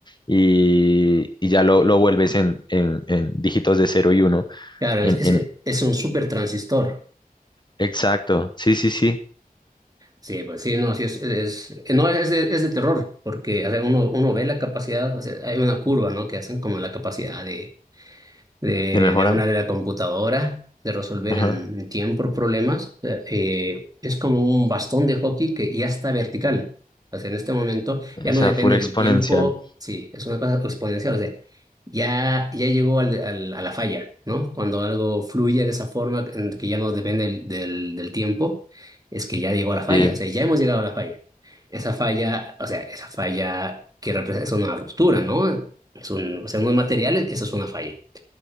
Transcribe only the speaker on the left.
y, y ya lo, lo vuelves en, en, en dígitos de cero y uno,
En,
en,
exacto, sí, sí, sí,
de mejora.
Ajá,
o
sea,
pura exponencial.
Sí,